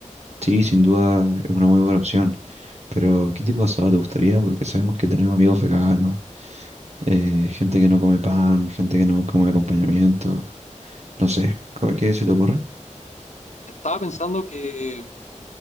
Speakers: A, on the right; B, on the left.
A: sí, sin duda es una muy buena opción. Pero, ¿qué tipo de asado te gustaría? Porque sabemos que tenemos amigos veganos, eh, gente que no come pan, gente que no come acompañamiento. No sé, ¿co- ¿qué se te ocurre?
B: Estaba pensando que